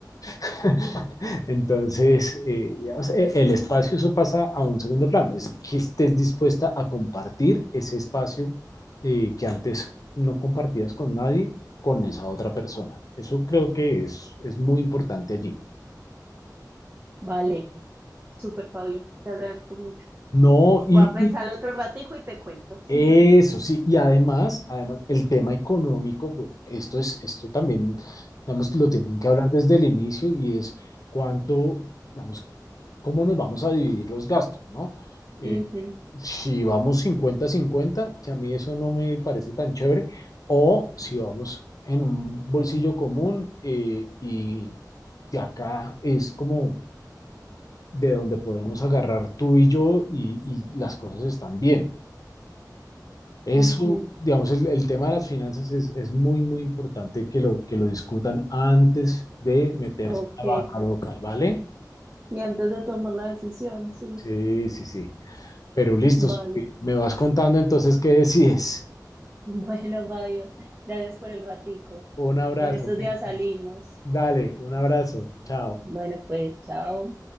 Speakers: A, on the left (about 55°); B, on the right (about 25°).
A: <laughs> Entonces, eh, digamos, e- el espacio, eso pasa a un segundo plano, es que estés dispuesta a compartir ese espacio eh, que antes no compartías con nadie, con esa otra persona. Eso creo que es, es muy importante allí.
B: Vale, súper Fabio, te agradezco mucho.
A: No, y,
B: Voy a pensarlo otro ratico y te cuento. <laughs>
A: Eso sí, y además, además, el tema económico, pues esto es, esto también, digamos, lo tienen que hablar desde el inicio y es cuánto, digamos, cómo nos vamos a dividir los gastos, ¿no? Eh,
B: Ujú,
A: si vamos cincuenta cincuenta que a mí eso no me parece tan chévere, o si vamos en un bolsillo común eh, y de acá es como de donde podemos agarrar tú y yo y y las cosas están bien. Eso,
B: ujú,
A: digamos, el, el tema de las finanzas es, es muy, muy importante que lo, que lo discutan antes de meterse
B: ok.
A: a la vaca local, ¿vale?
B: Y antes de tomar la decisión, sí.
A: Sí, sí, sí. Pero listo,
B: Vale.
A: Sofi,
B: <laughs>
A: me vas contando entonces qué decides.
B: Bueno, Fabio, gracias por el ratico.
A: Un abrazo.
B: En estos
A: Cristian.
B: días salimos.
A: Dale, un abrazo. Chao.
B: Bueno, pues, chao.